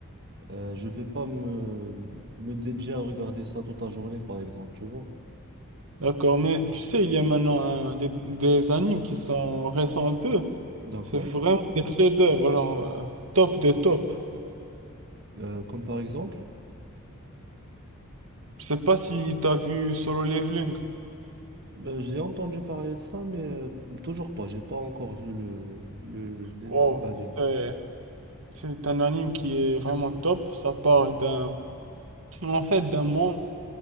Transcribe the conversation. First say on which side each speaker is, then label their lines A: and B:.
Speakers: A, on the right; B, on the right.
A: euh, je vais pas me me dédier à regarder ça toute la journée par exemple, tu vois.
B: D'accord, mais tu sais, il y a maintenant un- des, des animes qui sont récents un peu.
A: D'accord?
B: C'est vraiment des chefs-d'œuvre, genre euh, top des tops.
A: Euh, comme par exemple
B: Je sais pas si t'as vu Solo Leveling.
A: Ben, j'ai entendu parler de ça, mais euh, toujours pas. J'ai pas encore vu le, le, le-
B: Wow,
A: l'anime.
B: c'est c'est un anime qui est vraiment top. Ça parle d'un En fait, d'un monde